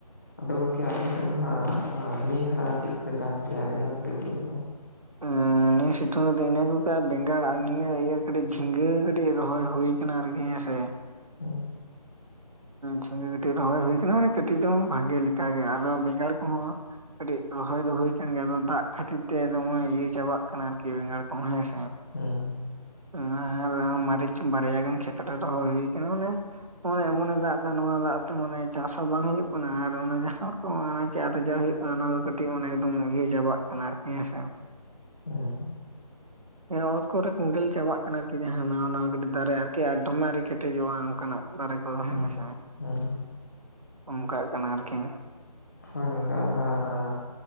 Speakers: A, on the left (about 25°); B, on the right (about 60°).
A: ᱟᱫᱚ ᱜᱚᱝᱠᱮ ᱟᱯᱮ ᱥᱮᱫ ᱫᱚ ᱦᱟᱸᱜ ᱱᱤᱭᱟᱹ ᱪᱷᱟᱲᱟ ᱟᱨ ᱪᱮᱫ ᱯᱮ ᱪᱟᱥ ᱜᱮᱭᱟ <unintelligible> ᱨᱮᱫᱚ
B: ᱮᱻ ᱱᱤᱭᱟᱹ ᱥᱤᱛᱩᱝ ᱨᱮ ᱫᱚ ᱤᱱᱟᱹ ᱠᱚ ᱜᱮ, ᱟᱨ ᱵᱮᱸᱜᱟᱲ ᱟᱨ ᱱᱤᱭᱟᱹ ᱤᱭᱟᱹ ᱠᱟᱹᱴᱤᱡ ᱡᱷᱤᱸᱜᱟᱹ ᱠᱟᱹᱴᱤᱡ ᱨᱚᱦᱚᱭ ᱦᱩᱭ ᱟᱠᱟᱱᱟ ᱟᱨᱠᱤ ᱦᱮᱸᱥᱮ,
A: ᱦ
B: ᱡᱷᱤᱝᱜᱟᱹ ᱠᱟᱹᱴᱤᱡ ᱨᱚᱦᱚᱭ ᱦᱩᱭ ᱟᱠᱟᱱᱟ, ᱢᱟᱱᱮ ᱠᱟᱹᱴᱤᱡ ᱫᱚ ᱵᱟᱝ ᱵᱷᱟᱜᱮ ᱞᱮᱠᱟᱜᱮ ᱟᱨ ᱵᱮᱸᱜᱟᱲ ᱠᱚᱦᱚᱸ, ᱠᱟᱹᱴᱤᱡ ᱨᱚᱦᱚᱭ ᱫᱚ ᱦᱳᱭ ᱟᱠᱟᱱ ᱜᱮᱭᱟ, ᱟᱫᱚ ᱫᱟᱜ ᱠᱷᱟᱹᱛᱤᱨ ᱛᱮ ᱫᱚᱢᱮ ᱤᱭᱟᱹ ᱪᱟᱵᱟᱜ ᱠᱟᱱᱟ, ᱟᱨᱠᱤ ᱵᱮᱸᱜᱟᱲ ᱠᱚ ᱦᱮᱸᱥᱮ,
A: ᱦᱩᱸ ᱦᱩᱸ,
B: ᱟᱨ ᱢᱟᱨᱤᱪ ᱵᱟᱨᱭᱟ ᱜᱟᱱ ᱠᱷᱮᱛ ᱨᱮ ᱨᱚᱦᱚᱭ ᱦᱩᱭ ᱠᱟᱱᱟ ᱢᱟᱱᱮ ᱦᱳᱭ ᱮᱢᱚᱱᱮ ᱫᱟᱜ ᱮᱫᱟ ᱱᱚᱣᱟ ᱫᱟᱜ ᱛᱮ ᱢᱟᱱᱮ ᱪᱟᱥ ᱦᱚᱸ ᱵᱟᱝ ᱦᱩᱭᱩᱜ ᱠᱟᱱᱟ ᱟᱨ ᱚᱱᱟ ᱡᱟᱦᱟᱸ ᱛᱚ ᱚᱱᱟ ᱪᱟᱨᱡᱟ ᱦᱩᱭᱩᱜ ᱠᱟᱱᱟ ᱚᱱᱟ ᱫᱚ ᱠᱟᱹᱴᱤᱡ ᱚᱱᱮ ᱮᱠᱫᱚᱢ ᱤᱭᱟᱹ ᱪᱟᱵᱟᱜ ᱠᱟᱱᱟ ᱟᱨᱠᱤ ᱦᱮᱸᱥᱮ᱾
A: ᱦᱩᱸ
B: ᱮᱸ ᱚᱛ ᱠᱚᱨᱮ ᱠᱚᱸᱰᱮᱞ ᱪᱟᱵᱟᱜ ᱠᱟᱱᱟ ᱟᱨᱠᱤ ᱡᱟᱦᱟᱸ ᱱᱟᱣᱟ ᱱᱟᱣᱟ ᱠᱟᱹᱴᱤᱡ ᱫᱟᱨᱮ ᱟᱨᱠᱤ ᱟᱨ ᱫᱚᱢᱮ ᱟᱨᱤ ᱠᱮᱴᱮᱡᱚᱜᱼᱟ ᱚᱱᱠᱟᱱᱟᱜ᱾ ᱵᱟᱨᱮ ᱠᱚ
A: ᱦᱩᱸ
B: ᱦᱮᱸ ᱥᱮ᱾
A: ᱦᱩᱸ᱾
B: ᱚᱱᱠᱟᱜ ᱠᱟᱱᱟ ᱟᱨᱠᱤ᱾
A: ᱦᱳᱭ ᱜᱚᱝᱠᱮ ᱟᱫᱚ ᱦᱟᱸᱜ ᱟ